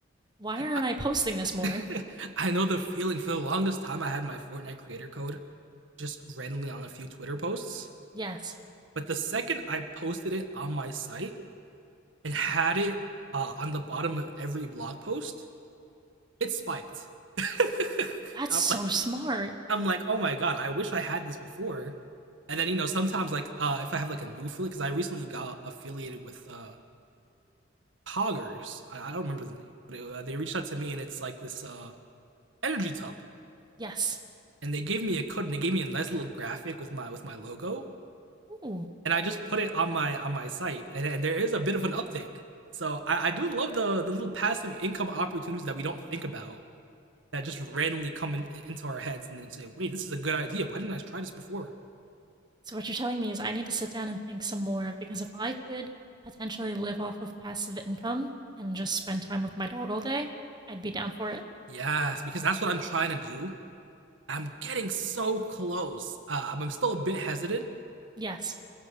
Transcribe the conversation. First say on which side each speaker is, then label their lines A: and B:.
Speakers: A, on the right; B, on the right.
A: Why aren't
B: I,
A: I posting this more?
B: <laughs> I know the feeling. For the longest time, I had my Fortnite creator code just randomly on a few Twitter posts.
A: Yes.
B: But the second I posted it on my site and had it uh, on the bottom of every blog post, it spiked. <laughs>
A: That's
B: I'm
A: so
B: like,
A: smart.
B: I'm like, oh my god, I wish I had this before. And then you know, sometimes like uh, if I have like a new affiliate, because I recently got affiliated with uh, Poggers. I, I don't remember the name, but it, uh, they reached out to me, and it's like this uh, energy tub
A: Yes.
B: and they gave me a code and they gave me a nice little graphic with my with my logo
A: Ooh.
B: and I just put it on my on my site and, and there is a bit of an uptick. So I, I do love the the little passive income opportunities that we don't think about that just randomly come in, into our heads and then say, wait, this is a good idea. Why didn't I try this before?
A: So what you're telling me is I need to sit down and think some more because if I could potentially live off of passive income and just spend time with my dog all day, I'd be down for it.
B: Yes, because that's what I'm trying to do. I'm getting so close. Uh, I'm- I'm still a bit hesitant,
A: Yes.